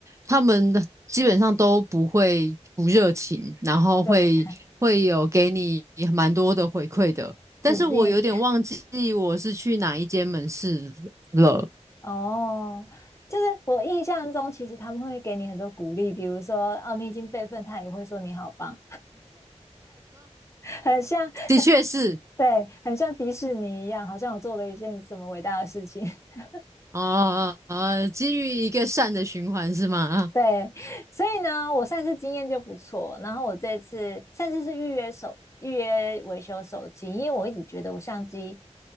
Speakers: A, on the right; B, on the left.
A: 他们的基本上都不会不热情，然后会会有给你蛮多的回馈的，
B: 对，
A: 但是我有点忘记我是去哪一间门市了，
B: 鼓励。哦，就是我印象中，其实他们会给你很多鼓励，比如说哦，你已经备份，他也会说你好棒，<laughs> 很像，
A: 的确是。
B: 对，很像迪士尼一样，好像我做了一件什么伟大的事情。<laughs>
A: 哦哦哦，基于一个善的循环是吗？
B: 对，所以呢，我上次经验就不错，然后我这次上次是预约手预约维修手机，因为我一直觉得我相机